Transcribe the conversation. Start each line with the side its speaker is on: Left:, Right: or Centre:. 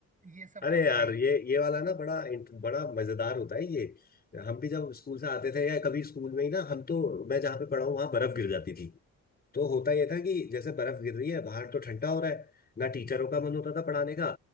Right: ये सब
Left: अरे
Right: करते
Left: यार
Right: थे
Left: ये ये वाला ना बड़ा इंट- बड़ा मजेदार होता है ये हम भी जब स्कूल से आते थे या कभी स्कूल में ही ना हम तो मैं जहाँ पे पढ़ा हूँ वहां बर्फ गिर जाती थी तो होता ये था कि जैसे बर्फ गिर रही है बाहर तो ठंडा हो रहा है ना टीचरों का मन होता था पढ़ाने का